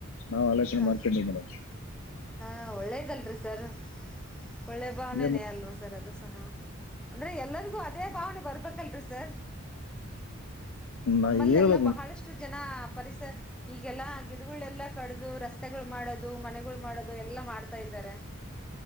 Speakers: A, on the left; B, in the centre.
A: ನಾವ್ ಆಲೋಚನೆ
B: ಹಾ
A: ಮಾಡ್ಕೊಂಡ್ವಿ ಮೇಡಮ್.
B: ಹಾ ಒಳ್ಳೇದಲ್ರಿ ಸರ್. ಒಳ್ಳೆ ಭಾವನನೇ
A: ಇಲ್ಲೇ
B: ಅಲ್ವಾ ಸರ್ ಅದು ಸಹ ಅಂದ್ರೆ ಎಲ್ಲರಿಗೂ ಅದೇ ಭಾವನೆ ಬರ್ಬೇಕ ಸರ್
A: ನಾ
B: ನಮ್ಮಲ್ಲೆಲ್ಲ
A: ಹೇಳ್ಬೇಕು ಮೇಡಮ್
B: ಬಹಳಷ್ಟು ಜನ ಪರಿಸರ. ಈಗೆಲ್ಲ ಗಿಡಗಳೆಲ್ಲ ಕಡದು ರಸ್ತೆಗಳು ಮಾಡೋದು ಮನೆಗಳು ಮಾಡೋದು ಎಲ್ಲ ಮಾಡ್ತಾ ಇದ್ದಾರೆ.